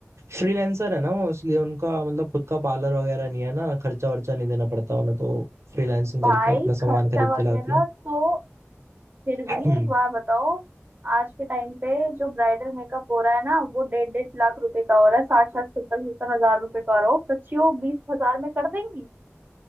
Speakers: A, on the right; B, on the right.
A: फ्रीलांसर है ना वो इसलिए उनका मतलब खुद का पार्लर वगैरह नहीं है ना खर्चा वर्चा नहीं देना पड़ता उन्हें तो फ्रीलांसिंग
B: भाई
A: करते हैं अपना
B: खर्चा
A: सामान खरीद
B: वगैरह
A: के लाती है
B: तो फिर
A: <clears throat>
B: भी एक बार बताओ आज के टाइम पे जो ब्राइडल मेकअप हो रहा है ना वो डेढ़ डेढ़ लाख रुपए का हो रहा है साठ साठ सत्तर सत्तर हजार रुपए का हो रहा हो सच्ची वो बीस हजार में कर देंगी